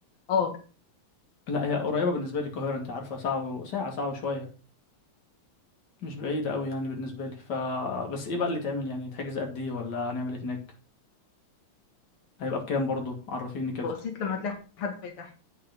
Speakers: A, on the left (about 85°); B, on the left (about 50°).
A: اه
B: لا هي قريبه بالنسبه لي القاهره انت عارفه ساعه و... ساعه ساعه وشويه مش بعيده قوي يعني بالنسبه لي ف بس ايه بقى اللي تعمل يعني تحجز قد ايه ولا هنعمل إيه هناك هيبقى بكام برضو عرفيني كده
A: بسيط لما تلاقي حد فاتح